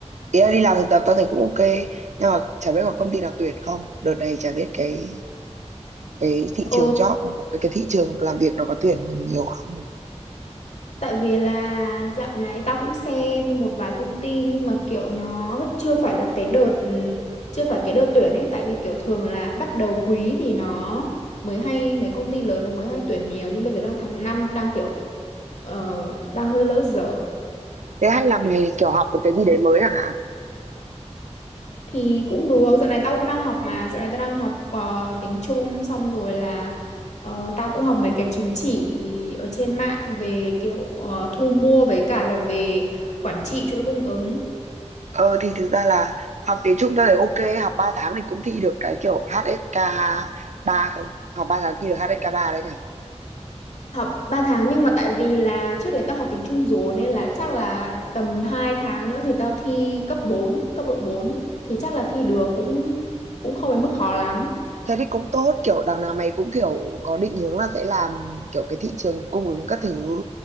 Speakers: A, on the right (about 80°); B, on the left (about 75°).
A: ý là đi làm thực tập tao thấy cũng ok nhưng mà chả biết có công ty nào tuyển không. Đợt này chả biết cái cái thị trường
B: Ừ
A: job nó có- cái thị trường làm việc nó có tuyển nhiều không.
B: Tại vì là dạo này tao cũng xem một vài công ty nhưng mà kiểu nó chưa phải là cái đợt ừm, chưa phải cái đợt tuyển ấy tại vì kiểu thường là bắt đầu quý thì nó mới hay mấy công ty lớn nó mới hay tuyển nhiều nhưng bây giờ đang tháng 5 đang kiểu ờ, đang hơi lỡ dở
A: Thế hay là mày kiểu học một cái gì đấy mới hả?
B: thì cũng được dạo này tao cũng đang học mà dạo này tao đang học ờ, tiếng Trung xong rồi là ờ, tao cũng học mấy cái chứng chỉ ở trên mạng về kiểu ờ, thu mua với cả là về quản trị chuỗi cung ứng
A: Ờ thì thực ra là học tiếng Trung tôi thấy ok học 3 tháng thì cũng thi được cái kiểu HSK ba không học 3 tháng thi được HSK 3 đấy nhỉ
B: học 3 tháng nhưng mà tại vì là trước đấy tao học tiếng Trung rồi nên là chắc là tầm 2 tháng nữa thì tao thi cấp bốn cấp độ bốn thì chắc là thi được cũng cũng không đến mức khó lắm.
A: thế thì cũng tốt kiểu đằng nào mày cũng kiểu có định hướng là sẽ làm kiểu cái thị trường cung ứng các thứ